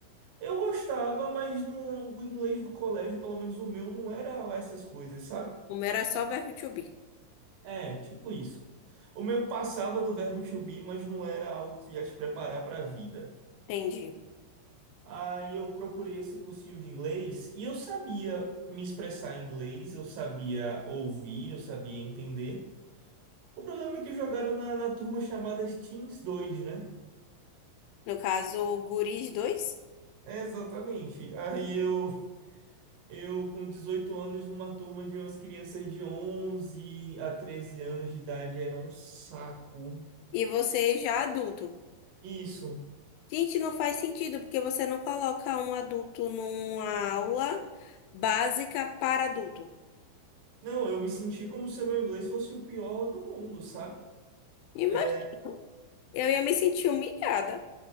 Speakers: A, on the right; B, on the left.
A: Eu gostava, mas no, o inglês do colégio, pelo menos o meu, não era lá essas coisas, sabe?
B: O meu era só verbo to be.
A: É, tipo isso. O meu passava do verbo to be, mas não era algo que ia te preparar para a vida.
B: Entendi.
A: Aí eu procurei esse cursinho de inglês e eu sabia me expressar em inglês, eu sabia ouvir, eu sabia entender. O problema é que jogaram na, na turma chamada Teens 2, né?
B: No caso, guris dois
A: É, exatamente. Aí eu, eu com 18 anos, numa turma de umas crianças de 11 a 13 anos de idade, era um saco.
B: e você já adulto.
A: Isso.
B: Gente, não faz sentido, porque você não coloca um adulto numa aula básica para adulto.
A: Não, eu me senti como se o meu inglês fosse o pior do mundo, sabe?
B: Imagina,
A: É,
B: eu ia me sentir humilhada.